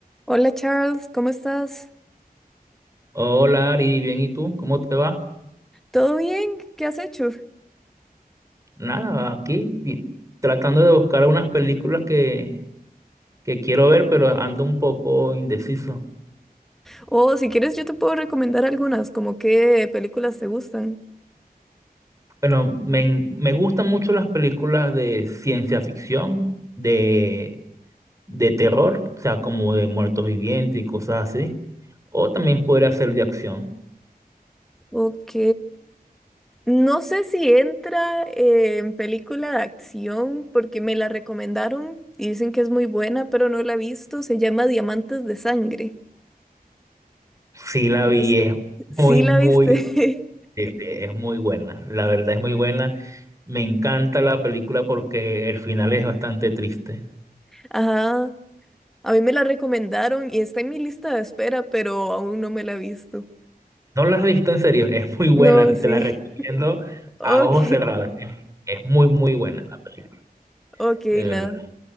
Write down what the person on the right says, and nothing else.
Hola Ari, bien, ¿y tú? ¿Cómo te va?
Nada, aquí vi- tratando de buscar unas películas que, que quiero ver, pero ando un poco indeciso.
Bueno, me, en- me gustan mucho las películas de ciencia ficción, de, de terror, o sea, como de muertos vivientes y cosas así. O también podría ser de acción.
Sí, la
vi,
es
muy,
muy,
este, es muy buena. La verdad es muy buena. Me encanta la película porque el final es bastante triste.
No la has visto en serio, es muy buena,
te la recomiendo
a
ojos cerrados. Es es muy, muy buena la película,
de
verdad.